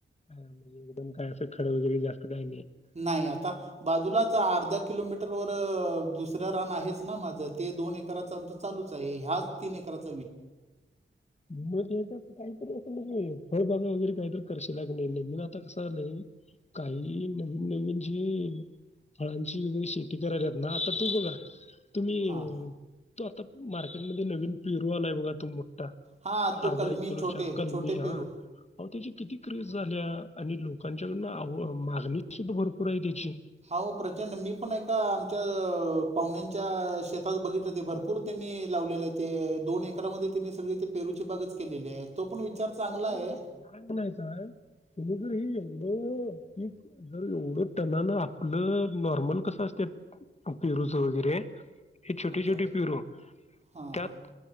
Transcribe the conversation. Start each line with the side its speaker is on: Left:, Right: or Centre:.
Left: ह म्हणजे एकदम काय असं खरं वगैरे जास्त काही नाही
Right: नाही आता बाजूलाच अर्धा किलोमीटर वर दुसरं रान आहेच ना माझं ते दोन एकराच आमच चालूच आहे ह्याच तीन एकराच
Left: म काहीतरी फळबाग वगैरे काहीतरी करशिला कणी नाही नवीन आता कसं आलंय काही नवीन नवीन जी फळांची वगैरे शेती करायला ना आता तू बघा तुम्ही
Right: हां
Left: तो आता मार्केटमध्येध्ये नवीन पेरू आला आता तुम
Right: हां तो
Left: अर्धा
Right: कलमी
Left: एक किलो
Right: छोटे
Left: कलमी
Right: छोटे
Left: हा
Right: पेरू
Left: त्याची किती व्र झाल्या आणि लोकांच्याकडून अहो मागणी सुद्धा भरपूर आहे त्याची
Right: अहो प्रचंड मी पण एका आमच्या पाहुण्याच्या शेतात बघितलं ते भरपूर त्यांनी लावलेले ते दोन एकरमध्ये त्यांनी सगळीती पेरूची बागच केलेली आहे तो पण विचार चांगला
Left: अहो पण
Right: आहे
Left: मला काय म्हणायचं आहे तुम्ही हे एवढीं जर एवढं टनान आपलं नॉर्मल कसं असतात पेरूच वगैरे हे छोटे
Right: अच्छा
Left: छोटे पेरू
Right: हां
Left: त्यात
Right: हां